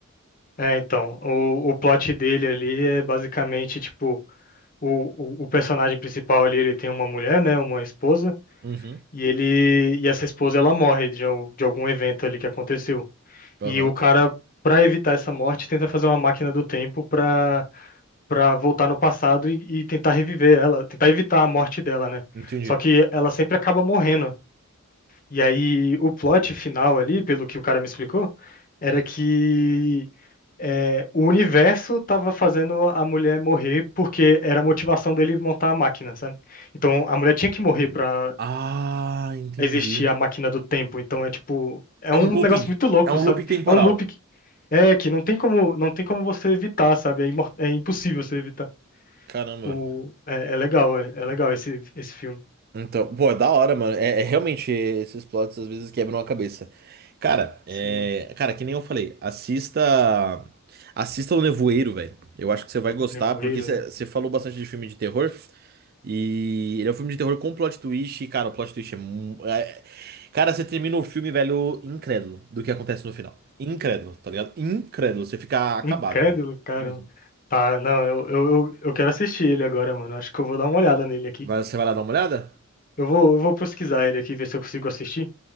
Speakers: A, on the left (about 40°); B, on the right (about 45°).
A: É, então, o, o plot dele ali é basicamente, tipo, o, o, o personagem principal ali, ele tem uma mulher, né, uma esposa,
B: Uhum.
A: e ele, e essa esposa, ela morre de, al- de algum evento ali que aconteceu.
B: Aham.
A: E o cara, pra evitar essa morte, tenta fazer uma máquina do tempo pra para voltar no passado e, e tentar reviver ela, tentar evitar a morte dela, né?
B: Entendi.
A: Só que ela sempre acaba morrendo. E aí o plot final ali, pelo que o cara me explicou, era que é, o universo tava fazendo a mulher morrer porque era a motivação dele montar a máquina, sabe? Então a mulher tinha que morrer pra
B: Ah, entendi.
A: existir a máquina do tempo. Então é tipo, é
B: É
A: um
B: um looping.
A: negócio muito louco,
B: É um
A: sabe?
B: looping temporal.
A: É um loop que, é, que não tem como, não tem como você evitar, sabe? É, imor- é impossível você evitar.
B: Caramba.
A: O, é, é legal, é, é legal esse, esse filme.
B: Então, pô, é da hora, mano. É, é realmente esses plots às vezes quebram a cabeça. Cara, é,
A: sim
B: cara, que nem eu falei, assista, assista O Nevoeiro, velho. Eu acho que você vai gostar
A: o Nevoeiro,
B: porque você
A: né?
B: você falou bastante de filme de terror e ele é um filme de terror com plot twist. E, cara, o plot twist é, mu- é- cara, você termina o filme, velho, incrédulo do que acontece no final. Incrédulo, tá ligado? Incrédulo, você fica acabado,
A: Incrédulo,
B: velho.
A: cara.
B: Uhum.
A: Tá, não, eu, eu, eu, eu quero assistir ele agora, mano. Acho que eu vou dar uma olhada nele aqui.
B: Mas você vai lá dar uma olhada?
A: Eu vou, eu vou pesquisar ele aqui, ver se eu consigo assistir.